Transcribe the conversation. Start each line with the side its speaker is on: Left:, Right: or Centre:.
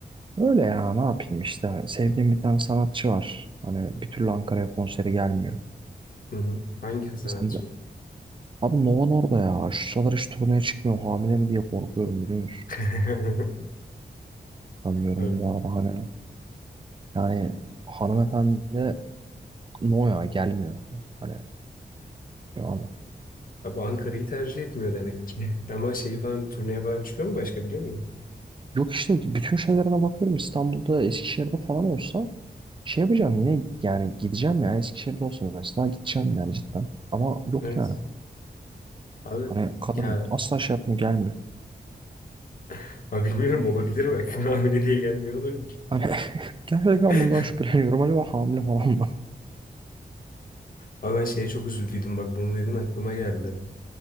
Right: Öyle ya ne yapayım işte. Sevdiğim bir tane sanatçı var. Hani bir türlü Ankara'ya konseri gelmiyor.
Left: Hı hı. Hangi sanatçı?
Right: Sen de... Abi Nova orada ya. Şu sıralar hiç turneye çıkmıyor. Hamile mi diye korkuyorum biliyor musun?
Left: <laughs>
Right: Sanmıyorum
Left: Abi,
Right: bu arada hani. Yani hanımefendi no ya gelmiyor. Hani anlıyor
Left: abi Ankara'yı tercih etmiyor demek ki. <laughs> Ama şey falan turneye falan çıkıyor mu başka biliyor muyum?
Right: Yok işte bütün şeylerine bakıyorum İstanbul'da Eskişehir'de falan olsa şey yapacağım yine yani gideceğim ya Eskişehir'de olsa mesela gideceğim yani cidden. Ama yok
Left: Evet.
Right: yani
Left: Abi
Right: hani kadın
Left: ya
Right: asla şey yapmıyor gelmiyor.
Left: <laughs> abi bilmiyorum olabilir bak. <laughs> Hamile diye gelmiyor olabilir.
Right: Hani <laughs> gerçekten
Left: <laughs>
Right: bundan şüpheleniyorum acaba hamile falan mı?
Left: Abi ben şeye çok üzüldüydüm bak bunu dedin aklıma geldi.